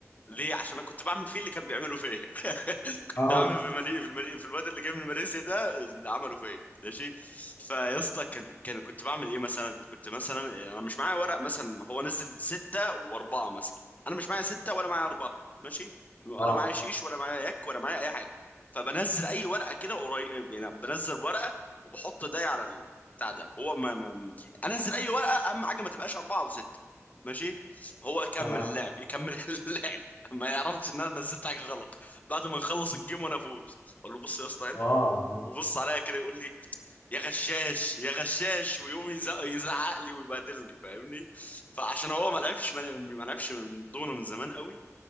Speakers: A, on the left; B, on the left.
A: ليه عشان انا كنت بعمل فيه اللي كان بيعمله فيا <laughs> <laughs>
B: اه
A: ده عامل في المالي في المالي في الواد اللي جاي من ماليزيا ده اللي عمله فيا ماشي فيا اسطى كان كان كنت بعمل ايه مثلا كنت مثلا انا مش معايا ورق مثلا هو نزل ستة واربعة مثلا انا مش معايا ستة ولا معايا اربعة ماشي ولا
B: اه
A: معايا شيش ولا معايا يك ولا معايا اي حاجة فبنزل اي ورقة كده قريب يعني بنزل ورقة وبحط ده على البتاع ده هو ما, ما انزل اي ورقة اهم حاجة ما تبقاش اربعة وستة ماشي هو يكمل
B: تمام
A: اللعب يكمل <laughs> اللعب ما يعرفش ان انا نزلت حاجه غلط بعد ما نخلص الجيم وانا افوز اقول له بص يا اسطى هنا
B: اه اه
A: يبص عليا كده يقول لي يا غشاش يا غشاش ويقوم يزق- يزعق لي ويبهدلني فاهمني فعشان هو ما لعبش ما ما لعبش من ضمنه من زمان قوي